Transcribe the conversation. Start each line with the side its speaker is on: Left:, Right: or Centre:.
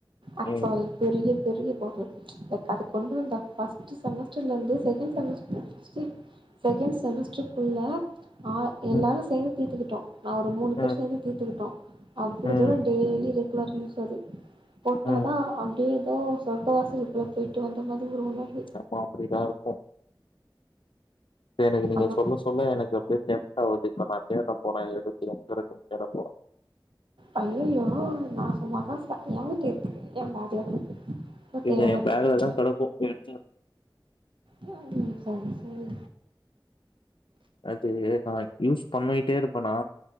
Right: அக்
Left: ம்
Right: சாயில் பெரிய பெரிய பாட்டில் எனக்கு அத கொண்டு வந்த ஃபர்ஸ்ட் செமஸ்டர்ல இருந்தே செகண்ட் செமஸ்டர் செகண்ட் செமஸ்டர் ஃபுல்லா ஆ எல்லாரு
Left: ம்
Right: சேந்து தீத்துகீட்டோ நா ஒரு மூணு
Left: ம்
Right: பேர் சேந்து தீத்துத்துக்கிட்டோ அவ்ளோ
Left: ம்
Right: தூரோ டெய்லி ரெகுலர் நியூஸ் அது போட்டாதா
Left: ம்
Right: அப்டியே ஏதோ சொர்க்க வாசலுக்குள்ள போயிட்டு வந்த மாதிரி ஒரு உணர்வு
Left: ஆமா அப்டிதா இருக்கு இப்ப எனக்கு நீங்க
Right: அந்த
Left: சொல்ல சொல்ல எனக்கு அப்டியே டெம்டாகுது இப்ப நா தேட போற எடுத்து எங்கருக்குனு தேட போற
Right: ஐயயோ நா சும்மாதா சொ எங்கிட்ட இருக்கு ஏ பேக்ல கெடக்கு
Left: இது
Right: தேவனா
Left: ஏ
Right: எடுத்து
Left: பேகுலதா
Right: போட்டுப்ப
Left: கெடக்கு போய் எடுத்து
Right: சரி சரி
Left: அது நா யூஸ் பண்ணிட்டே இருப்பனா